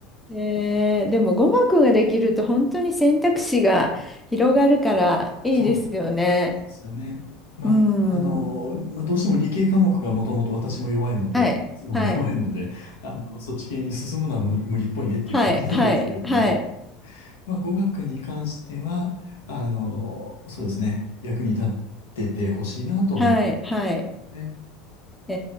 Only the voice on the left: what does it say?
そう。そうなんですよね。まあ、
あの、まあ、どうしても理系科目がもともと私も弱いので、
妻も弱いので、
あの、そっち系に進むのは無無理っぽいねっていう感じなんですけれども、
まあ、語学に関しては、あの、そうですね、役に立っててほしいなと思ってるのがね。